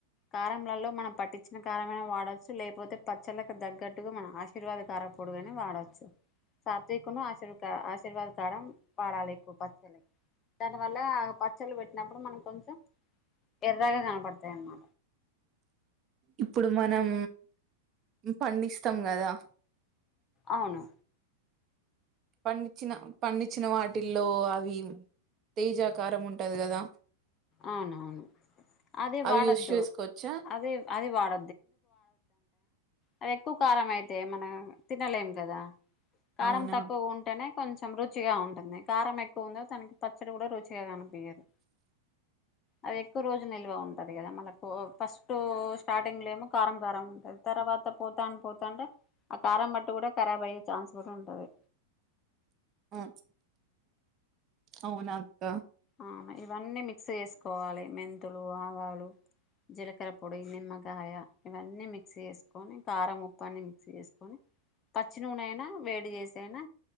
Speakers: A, on the left (about 30°); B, on the right (about 35°).
A: కారంలలో మనం పట్టించిన కార వాడొచ్చు లేకపోతే పచ్చళ్ళకి తగ్గట్టుగా మనం ఆశీర్వాద కారం పొడి అయిన వాడవచ్చు సాత్వికును ఆశీర్వా ఆశీర్వాద కారం పాడాలి ఎక్కువ పచ్చళ్ళకి దానివల్ల పచ్చళ్ళు పెట్టినప్పుడు మనకు కొంచెం ఎర్రగా కనపడుతం తే మ
B: ఇప్పుడు మనం పండిస్తాం కదా
A: అవును
B: పండించిన పండించిన వాటిల్లో అవి తేజాకారం ఉంటది కదా
A: అవునునవును అదే
B: అవి
A: వాడద్దు
B: యూస్ చేసుకోవచ్చా
A: అదే అదే వాడ అది ఎక్కువ కారం అయితే మనం తినలేం కదా కారం
B: అవునా
A: తక్కువ ఉంటేనే కొంచెం రుచిగా ఉంటుంది కారం ఎక్కువ ఉందో తనకి పచ్చడి కూడా రుచిగా కనిపించదు అది ఎక్కువ రోజు నిల్వ ఉంటాది కదా మళ్ళకు ఫస్ట్ స్టార్టింగ్లో ఏమో కారం కారం ఉంటుంది తర్వాత పోతా పోతాంటే ఆ కారం బట్టు కూడా ఖరాబ్ అయ్యే ఛాన్స్ కూడా ఉంటుంది
B: ఆ అవునా అక్క
A: అవును ఇవన్నీ మిక్స్ చేసుకోవాలి మెంతులు, ఆవాలు, జీలకర్ర పొడి, నిమ్మకాయ ఇవన్నీ మిక్స్ చేసుకొని కారం ఉప్పు అన్ని మిక్స్ చేసుకొని పచ్చి నూనెయినా వేడి చేసి అయినా